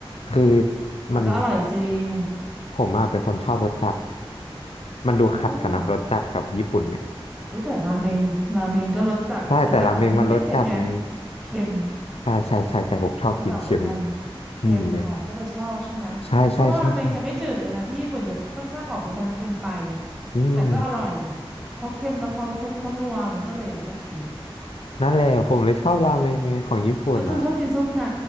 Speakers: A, on the left; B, in the centre.
A: คือ
B: แต่ก็อร่อยจริง
A: มันผมอ่ะเป็นคนชอบรสจัดมันดูขัดกันนะรสจัดกับญี่ปุ่นเนี่ย
B: โอ้ รู้แต่ราเมงราเมงก็รสจัดแต่จัดแบบมันไม่ได้เผ็ดไง
A: ใช่แต่ราเมงมันรสจัดไง
B: เค็ม
A: ใช่ใช่ใช่ใช่ผมชอบกินเค็มไง
B: มันจะออกเป็นทางเค็มออกก็เลยชอบใช่ไหมเพราะว่าราเมงจะไม่จืดเลยนะที่ญี่ปุ่นจะค่อนข้างออกไปทางเค็มไปอ่ะ
A: นี่ไงใช่ใช่ใช่ใช่อืม
B: แต่ก็อร่อยเขาเค็มแล้วเขาซุปเขานัวมันก็เลยโอเค
A: นั่นแหละผมเลยชอบราเมงไงของญี่ปุ่นอ่ะ
B: แล้วคุณชอบกินซุปไหน